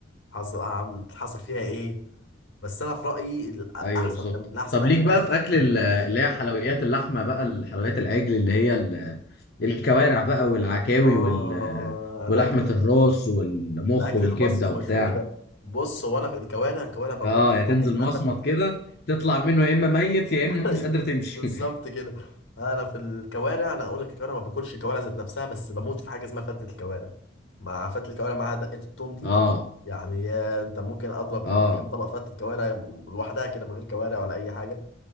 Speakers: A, on the left; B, on the left.
A: حصل عامل حصل فيها ايه بس انا في رايي الاحسن
B: ايوه بالظبط
A: الاحسن
B: طب
A: اكل
B: ليك بقى
A: بحب
B: في اكل ال- اللي هي حلويات اللحمه بقى الحلويات العجل اللي هي ال- الكوارع بقى والعكاوي
A: اه
B: وال ولحمه
A: الاكل
B: الراس والمخ
A: الاكل
B: والكبده
A: المصري المشهور
B: وبتاع
A: ده بص هو انا في الكوارع الكوارع بموت
B: اه
A: في
B: يا
A: حاجه
B: تنزل
A: اسمها
B: مصمت
A: فتة
B: كده تطلع منه يا اما ميت يا اما
A: <laughs>
B: مش قادر تمشي
A: بالظبط كده انا في الكوارع انا اقول لك الكوارع ما باكلش الكوارع ذات نفسها بس بموت في حاجه اسمها فتة الكوارع مع فتة الكوارع معاها دقه التوم
B: <laughs>
A: دي
B: اه
A: يعني يا انت ممكن اضرب
B: اه
A: ط- كام طبق فتة كوارع لوحدها كده من غير كوارع ولا اي حاجه